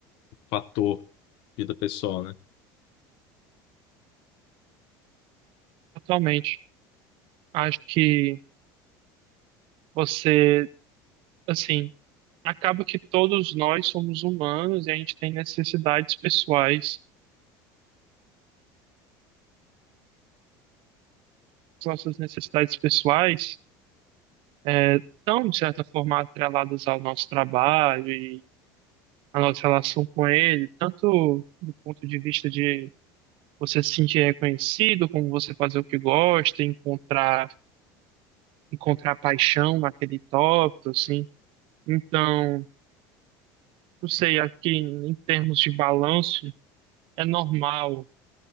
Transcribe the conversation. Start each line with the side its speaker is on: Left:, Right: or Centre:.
Left: fator vida pessoal, né?
Right: Totalmente. Acho que você, assim, acaba que todos nós somos humanos e a gente tem necessidades pessoais. As nossas necessidades pessoais eh, estão, de certa forma, atreladas ao nosso trabalho e à nossa relação com ele, tanto do ponto de vista de você se sentir reconhecido, como você fazer o que gosta, encontrar, encontrar paixão naquele tópico, assim. Então, não sei, acho que em em termos de balanço, É normal